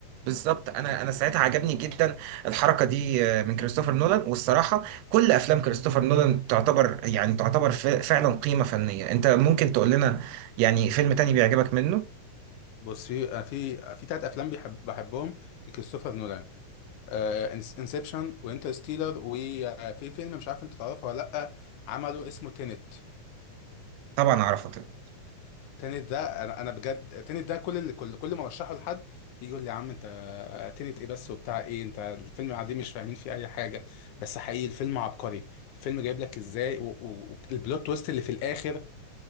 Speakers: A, on the right (about 90°); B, on the left (about 75°).
A: بالظبط انا انا ساعتها عجبني جدا الحركه دي آه، من كريستوفر نولان والصراحه كل افلام كريستوفر نولان تعتبر يعني تعتبر ف- فعلا قيمه فنيه انت ممكن تقول لنا يعني فيلم تاني بيعجبك منه
B: بص في في في تلات افلام بحب بحبهم لكريستوفر نولان انسبشن وانترستيلر وفي فيلم مش عارف انت تعرفه ولا لا عمله اسمه تينت
A: طبعا اعرفه طبعا
B: تينت ده انا انا بجد تينت ده كل اللي كل كل ما ارشحه لحد يجي يقول لي يا عم انت تينت ايه بس وبتاع ايه انت الفيلم قاعدين مش فاهمين فيه اي حاجه بس حقيقي الفيلم عبقري الفيلم جايب لك ازاي والبلوت تويست اللي في الاخر